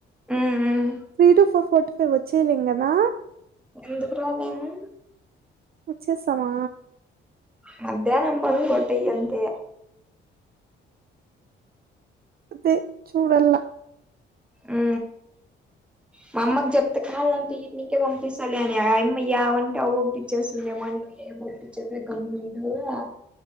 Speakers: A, in the centre; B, on the right.
A: మ్మ్ మ్మ్
B: three to four fort five వచ్చేలేం కదా
A: ఎందుకు రాలేము
B: ఉచ్చేస్సమా
A: మధ్యాహ్నం బంద్ కొట్టయి అంతే
B: అదే చూడల్ల
A: ఉ మా అమ్మకి చెప్తే కాళ్ళంటే ఇంటికే పంపిస్తాలే అని ఆయ్మ యావంటే అ పంపించేస్తుంది ఏ మోద్దులే ఏ పంపించద్దు గమ్మున